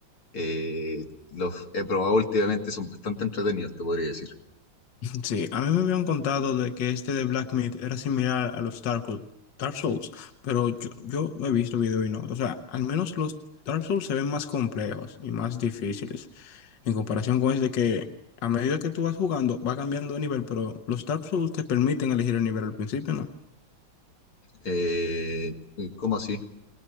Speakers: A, on the left; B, on the left.
A: eh, los he probado últimamente, son bastante entretenidos, te podría decir.
B: Sí, a mí me habían contado de que este de Black Myth era similar a los Dark, Dark Souls, pero yo, yo no he visto video y no. O sea, al menos los Dark Souls se ven más complejos y más difíciles en comparación con este que a medida que tú vas jugando va cambiando de nivel, pero los Dark Souls te permiten elegir el nivel al principio, ¿no?
A: Eh, ¿cómo así?